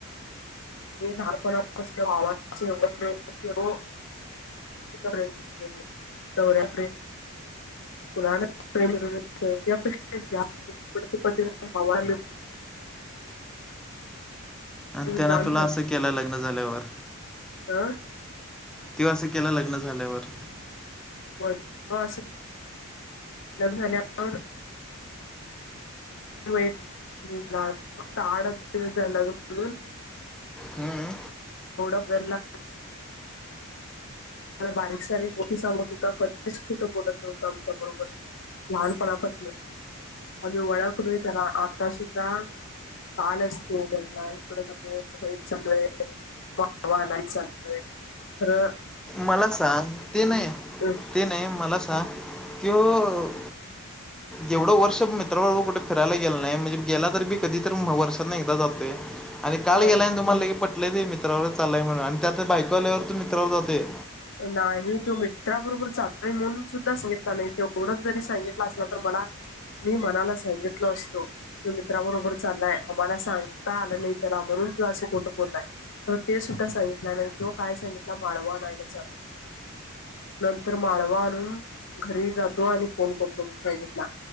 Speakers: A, on the left; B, in the centre.
A: लक वावा एवढ प्रयत्न केो द््रें्या फ्रें पुरा विस्ती हवा
B: आणि
A: मिळून
B: त्यान
A: जाण
B: तुला असं केलं लग्न झाल्यावर
A: ह
B: तेव्हा असं केलं लग्न झाल्यावर
A: ला झाल्यावर वाईट फक्त आड म्हणून
B: हम्म
A: ड अधला मला बारीक सारीक गोष्टी सांगत होत कधीच कुठं बोलत नव्हतं आमच्या बरोबर लहानपणापासलं आम्ही वळ करून त्याला आता सुद्धा काल असतो बला इकड सग सगळे वा आलाय चालतय तरं
B: मला सांग ते नाही
A: हम्म,
B: ते नाही मला सांग तो एवढं वर्ष मित्रां कुठे फिरायला गेलं नाही म्हणजे गेला तर बी कधी तर वर्षात नाही एकदा जातोय आणि काल
A: हम्म.
B: गेलाय ना तुम्हाला ले पटलंय ते मित्रावरच चाललंय म्हणून आणि त्या तर बाईकवाल्यावर तू मित्रावर जाते
A: नाही तो मित्राबरोबर चाल म्हणून सुद्धा सांगितला नाही तेवढंच जरी सांगितलं असलं तर मला मी मनाला सांगितलो असतो त मित्राबरोबर चाललाय आम्हाला सांगता आलं नाही त्याला म्हणून तू असं कुठं बोललाय तर ते सुद्धा सांगितलं नाही तो काय सांगितला माळवा नाही चा नंतर माळवा आणून घरी जातो आणि फोन करतो सांगितला